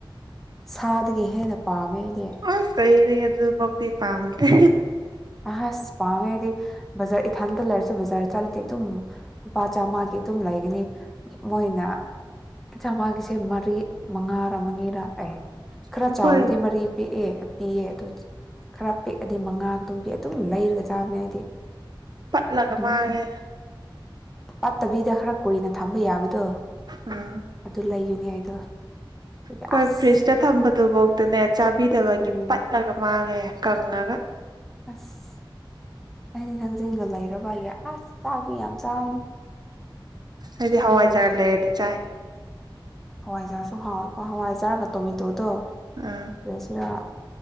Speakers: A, in the centre; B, on the right.
A: ꯁꯥꯗꯒꯤ ꯍꯦꯟꯅ ꯄꯥꯝꯃꯦ ꯑꯩꯗꯤ
B: ꯑꯁ ꯑꯩꯗꯤ ꯑꯗꯨꯐꯥꯎꯗꯤ ꯄꯥꯝꯗꯦ
A: ꯑꯁ ꯄꯥꯝꯃꯦ ꯑꯩꯗꯤ ꯕꯖꯥꯔ ꯏꯊꯥꯟꯇ ꯂꯩꯥꯏꯔꯁꯨ ꯕꯖꯥꯔ ꯆꯠꯂꯗꯤ ꯑꯗꯨꯝ ꯂꯨꯄꯥ ꯆꯥꯝꯃꯒꯤ ꯑꯗꯨꯝ ꯂꯩꯒꯅꯤ ꯃꯣꯏꯅ ꯆꯥꯝꯃꯒꯤꯁꯦ ꯃꯔꯤ ꯃꯉꯥꯔ ꯃꯉꯤꯔ ꯑꯦ ꯈꯔ
B: ꯑꯩꯈꯣꯏ
A: ꯆꯥꯎꯔꯗꯤ ꯃꯔꯤ ꯄꯦꯛꯑꯦ ꯄꯤꯌꯦ ꯑꯗꯨ ꯈꯔ ꯄꯦꯛꯑꯗꯤ ꯃꯉꯥ ꯑꯗꯨꯝ ꯑꯗꯨꯝ ꯂꯩꯔꯒ ꯆꯥꯕꯅꯦ ꯑꯩꯗꯤ
B: ꯄꯠꯂꯒ
A: ꯑꯗꯨꯝ
B: ꯃꯥꯡꯉꯦ
A: ꯄꯠꯇꯕꯤꯗ ꯈꯔ ꯀꯨꯏꯅ ꯊꯝꯕ ꯌꯥꯕꯗꯣ
B: ꯎꯝ
A: ꯑꯗꯨ ꯂꯩꯌꯨꯅꯦ ꯑꯩꯗꯣ ꯑꯗꯨꯒꯤ
B: ꯑꯈꯣꯏ
A: ꯑꯁ
B: ꯐ꯭ꯔꯤꯖꯇ ꯊꯝꯕꯗꯨꯐꯧꯗꯅꯦ ꯆꯥꯕꯤꯗꯕꯒꯤ
A: ꯎꯝ
B: ꯄꯠꯂꯒ ꯃꯥꯡꯉꯦ ꯀꯪꯉꯒ
A: ꯑꯁ ꯑꯩꯗꯤ ꯊꯥꯡꯖꯤꯡꯒ ꯂꯩꯔꯕ ꯑꯩꯒꯤ ꯑꯁ ꯆꯥꯛꯇꯤ ꯌꯥꯝ ꯆꯥꯕꯅꯤ
B: ꯑꯩꯗꯤ ꯍꯋꯥꯏꯖꯥꯔ ꯂꯩꯔꯗꯤ ꯆꯥꯏ
A: ꯍꯋꯥꯏꯖꯥꯔꯁꯨ ꯍꯥꯎꯋꯤꯀꯣ ꯍꯋꯥꯏꯖꯥꯔꯒ ꯇꯣꯃꯦꯇꯣꯗꯣ
B: ꯑꯥ
A: ꯀ꯭ꯔꯦꯁꯤꯔ